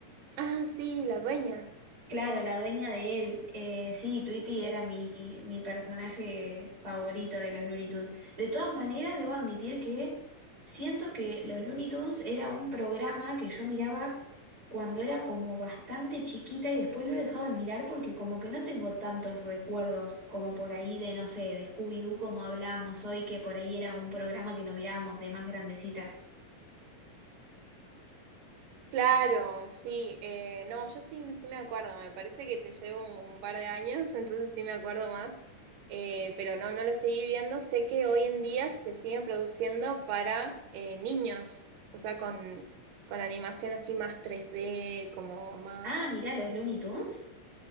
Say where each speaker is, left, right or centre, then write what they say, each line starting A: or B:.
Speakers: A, on the right; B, on the right.
A: Ah, sí, la dueña.
B: Claro, la dueña de él. Eh, sí, Tweety era mi, mi personaje favorito de los Looney Tunes. De todas maneras, debo admitir que siento que los Looney Tunes era un programa que yo miraba cuando era como bastante chiquita y después lo he dejado de mirar porque como que no tengo tantos recuerdos como por ahí de, no sé, de Scooby-Doo como hablábamos hoy, que por ahí era un programa que lo mirábamos de más grandecitas.
A: Claro, sí. eh, no, yo sí, sí me acuerdo. Me parece que te llevo un, un par de años, <laughs> entonces sí me acuerdo más. eh, pero no, no lo seguí viendo. Sé que hoy en día se siguen produciendo para eh, niños, o sea, con, con animación así más tres d como más...
B: Ah, mirá los Looney Tunes.